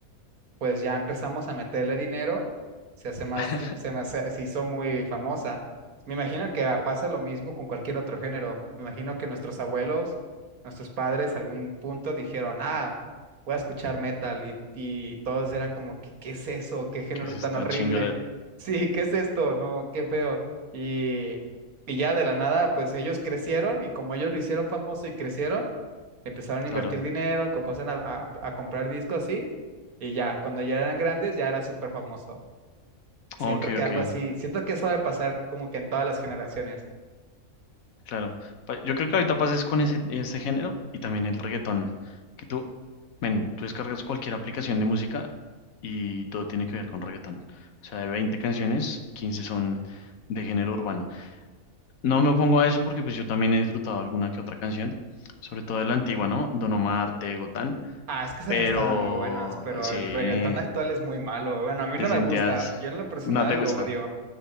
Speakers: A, on the right; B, on the left.
A: pues ya empezamos a meterle dinero, se hace más,
B: <laughs>
A: di- se, me hace- se hizo muy famosa. Me imagino que ah, pasa lo mismo con cualquier otro género. Me imagino que nuestros abuelos, nuestros padres, algún punto dijeron, ah, voy a escuchar metal y, y todos eran como que, ¿qué es eso? ¿Qué género
B: que es
A: tan
B: esta
A: horrible?
B: chingadera,
A: <laughs> Sí, ¿qué es esto? No, qué feo. Y, y ya de la nada, pues ellos crecieron y como ellos lo hicieron famoso y crecieron, empezaron a
B: claro,
A: invertir dinero, empezaron a, a- a comprar discos así, y ya, cuando ya eran grandes, ya era súper famoso. Siento
B: ok,
A: que
B: ok,
A: algo así, siento que eso debe pasar como que en todas las generaciones.
B: Claro. Pa- Yo creo que ahorita pases con ese, ese género y también el reggaetón, que tú, men, tú descargas cualquier aplicación de música y todo tiene que ver con reggaetón. O sea, de 20 canciones, 15 son de género urbano. No me opongo a eso porque pues yo también he disfrutado alguna que otra canción, sobre todo de la antigua, ¿no? Don Omar, Tego, Tan,
A: Ah, es que esas
B: pero
A: estaban muy buenas, pero
B: eh, sí,
A: el reggaetón actual es muy malo. Bueno, a mí
B: te
A: no
B: sentías,
A: me gusta, yo en lo personal
B: no te gustaba.
A: lo odio.